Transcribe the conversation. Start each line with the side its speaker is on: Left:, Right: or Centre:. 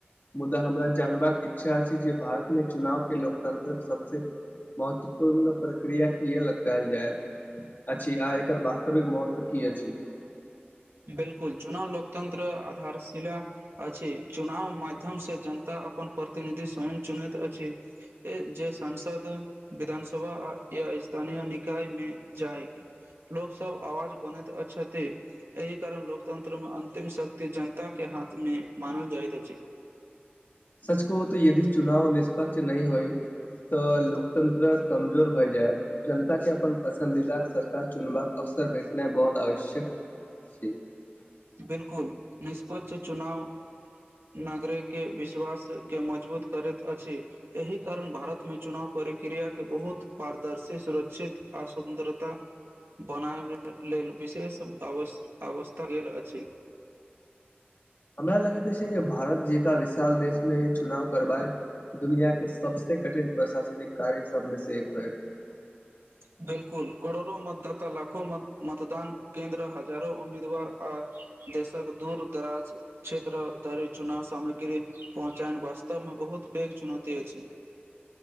Left: मुदा हमरा जानबाक इच्छा अछि जे भारतमे चुनाव के लोकतंत्रक सबसे महत्वपूर्ण प्रक्रिया किए लऽ कहल जाय अछि आ एकर वास्तविक महत्व की अछि
Right: बिलकुल चुनाव लोकतंत्र आधारशिला अछि चुनाव माध्यम से जनता अपन प्रतिनिधि स्वयं चुनैत अछि जे सांसद विधानसभा आ ए स्थानीय निकाय मे जाइ लोक सब आवाज बनैत छथि एहि कारण लोकतन्त्रमे अंतिम शक्ति जनताके हाथमे मानल जाइत अछि <unintelligible>
Left: सच कहु तऽ यदि चुनाव निष्पक्ष नहि होय तऽ लोकतंत्र कमजोर भए जायत जनताक अपन पसंन्दीदा सरकार चुनबाक अवसर अवसर भेटनाइ बहुत आवश्यक छै
Right: बिलकुल निष्पक्ष चुनाव नगरे के विश्वास के मजबूत करैत अछि एहि कारण भारतमे चुनाव पर परिक्रिया के बहुत पारदर्शी सुरक्षित आ स्वतंत्रता बनायब लेल विशेष अवश्य अवस्था गेल जी
Left: हमरा लगैत छै भारत जेका विशाल देशमे चुनाव करबाए दुनिया के सबस कठिन प्रशासनिक कार्य सबमे से एक होए
Right: <unintelligible> बिलकुल करोड़ो मतदाता लाखो मतदान केंन्द्र हजारो उम्मीदवार आ देशक दूर दराज क्षेत्र धरि चुनाव सामग्री पहुँचाायन वास्तवमे बहुत पेग चुनौती। अछि